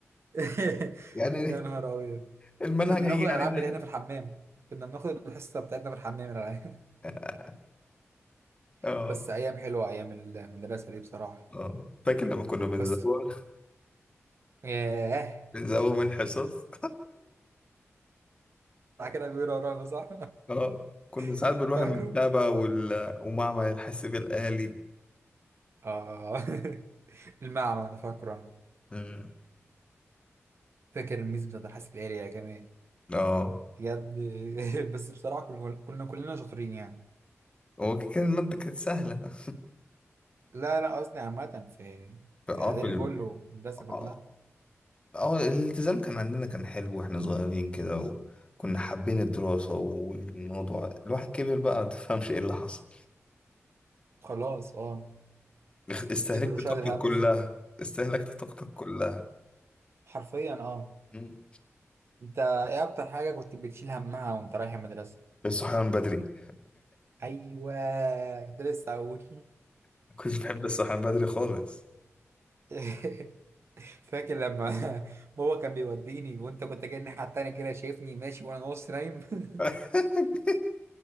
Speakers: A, on the right; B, on the left.
A: <laughs>
B: يعني
A: يا نهار أبيض
B: المنهج
A: كنا
B: هيجي
A: بناخد الالعاب
B: علينا
A: بتاعتنا في الحمام كنا بناخد الحصه بتاعتنا في الحمام الالعاب
B: <laughs>
A: <laughs>
B: اه
A: بس ايام حلوه ايام المدرسه دي بصراحه
B: اه فاكر لما كنا بنزوغ
A: بس ياه
B: بنزوغ من حصص
A: بتاع كده بيقولوا ورانا صح
B: <laughs> اه كنا ساعات
A: <laughs>
B: بنروح
A: فاكره
B: المكتبة وال... ومعمل الحاسب الآلي
A: اه <laughs> المعمل انا فاكره انا
B: مم.
A: فاكر الميز بتاعت الحاسب الالي كمان
B: اه
A: بجد <laughs> بس بصراحه كل- كنا كلنا شاطرين يعني
B: هو كان المادة كانت سهلة <laughs>
A: لا لا قصدي عامه في
B: اه
A: في اعدادي
B: في ال...
A: كله المدرسه
B: آه.
A: كلها
B: اه الالتزام كان عندنا كان حلو واحنا صغيرين كده وكنا حابين الدراسة والموضوع الواحد كبر بقى متفهمش ايه اللي حصل
A: خلاص اه
B: اخ- استهلكت
A: كبر وشال
B: طاقتك
A: الهم
B: كلها استهلكت طاقتك كلها
A: <laughs> حرفيا اه
B: مم.
A: انت ايه اكتر حاجة كنت بتشيل همها وانت رايح المدرسة
B: الصحيان بدري
A: ايوه كنت لسه اقول
B: <laughs> كنت بحب الصحيان بدري خالص
A: <laughs> فاكر لما بابا كان بيوديني وانت كنت جاي الناحية التانية كده شايفني ماشي وانا نص نايم <laughs>
B: <laughs>